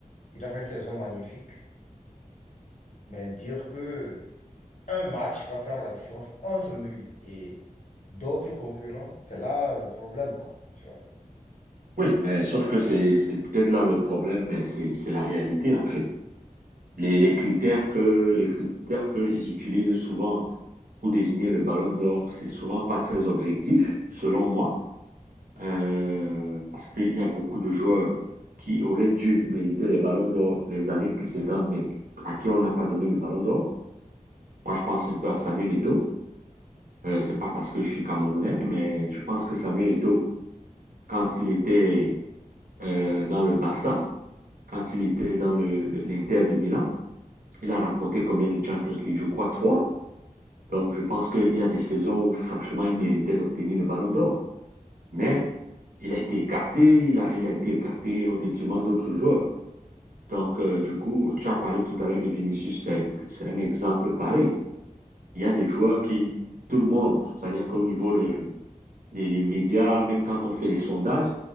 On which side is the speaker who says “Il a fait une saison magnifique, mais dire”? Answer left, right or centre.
Left